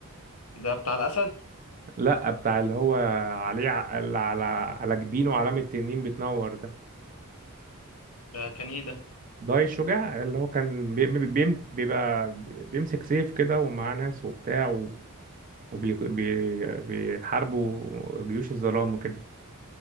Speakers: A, on the left; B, on the right.
A: ده بتاع الأسد
B: لا بتاع اللي هو عليه ع- اللي على على جبينه علامة تنين بتنور ده
A: ده كان إيه ده؟
B: داي الشجاع اللي هو كان بي- بي- بيم- بيبقى بيمسك سيف كده ومعاه ناس وبتاع وبيحاربوا جيوش الظلام وكده